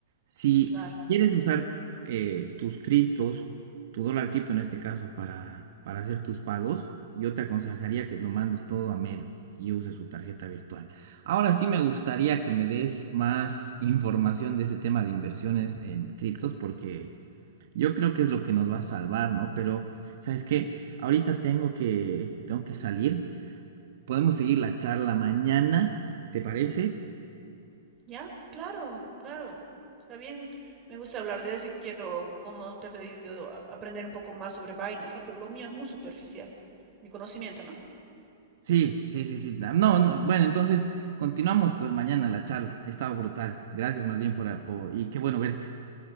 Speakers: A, on the right; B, on the right.
A: si,
B: claro.
A: si quieres usar eh, tus criptos, tu dólar cripto en este caso, para, para hacer tus pagos, yo te aconsejaría que lo mandes todo a Mero y uses su tarjeta virtual. Ahora sí me gustaría que me des más <laughs> información de este tema de inversiones en criptos porque... Yo creo que es lo que nos va a salvar, ¿no? Pero, ¿sabes qué? Ahorita tengo que, tengo que salir. Podemos seguir la charla mañana, ¿te parece?
B: Ya, claro, claro. Está bien. Me gusta hablar de eso y quiero, como te he pedido, a- aprender un poco más sobre Binance, ¿no? Que lo mío es muy superficial, mi conocimiento, ¿no?
A: Sí, sí, sí, sí. Na- No, no, bueno, entonces continuamos pues mañana la charla. Ha estado brutal. Gracias más bien por, ah, por, y qué bueno verte.